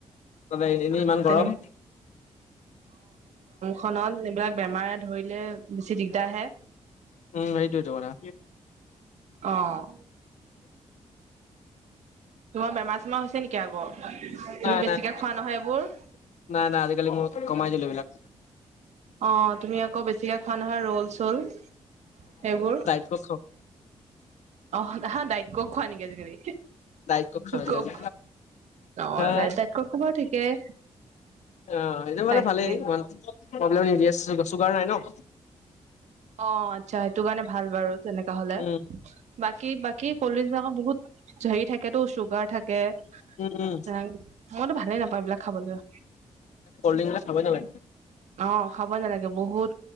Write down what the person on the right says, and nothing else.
তেনেক
খনত এইবিলাক বেমাৰে ধৰিলে বেছি দিগদাৰহে।
অঁ তোমাৰ বেমাৰ চেমাৰ হৈছে নেকি আকৌ, তুমি
বেছিকে
খোৱা নহয় এইবোৰ।
অঁ তুমি আকৌ বেছিকে খোৱা নহয় ৰল চল সেইবোৰ।
অঁ হা দাইক কক খোৱা নেকি আজিকালি
কক অঁ,
দাইক ক'কটো বাৰু ঠিকেই।
তাকে
অঁ আচ্ছা সেইটো কাৰণে ভাল বাৰু। তেনেকা হলে
বাকী বাকী কলল্ড্ৰিং বিলাকৰ বহুত হেৰি থাকেতো চুগ চুগাৰ থাকে,
মইতো ভালেই নাপাওঁ এইবিলাক খাবলে।
অঁ, খাবই নালাগে বহুত